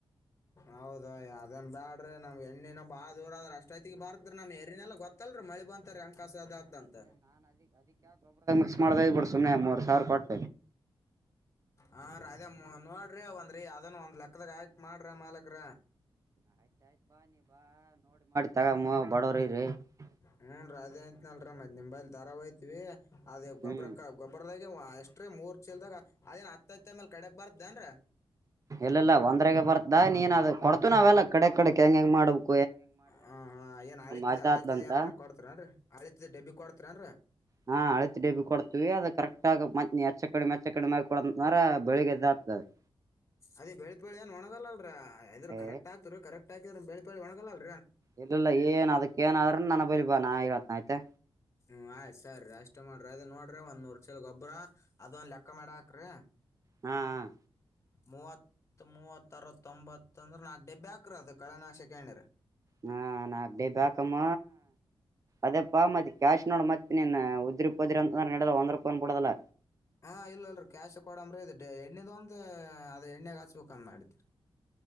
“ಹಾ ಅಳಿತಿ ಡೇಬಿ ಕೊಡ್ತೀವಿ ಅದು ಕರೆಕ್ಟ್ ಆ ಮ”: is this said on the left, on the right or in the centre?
Right